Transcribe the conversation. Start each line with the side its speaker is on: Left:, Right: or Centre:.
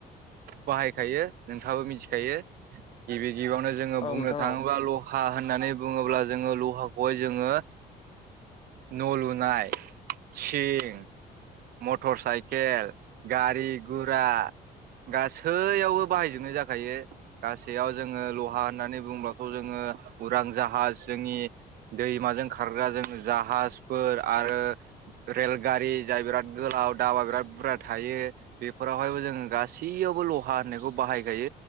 Right: बाहायखायो नोंथाङाबो मिथिखायो गिबि गिबियावनो जोङो
Left: औ नोंथां
Right: बुंनो
Left: औ
Right: थाङोब ल' हा होननानै बुङोब्ला जोङो लहाखौहाय जोङो न' लुनाय सिं मटर साइकेल गारि गुरा गासैयावबो बाहायजोबनाय जाखायो गासैयाव जोङो लहा होननानै बुंब्ला खौ जोङो उरां जाहाज जोंनि दैमाजों खारग्रा जों जाहाजफोर आरो रेलगारि जाय बिराद गोलाव दाबा बिराद बुरजा थायो बेफोरावहायबो जोङो गासैयावबो लहा होननायखौ बाहायगोन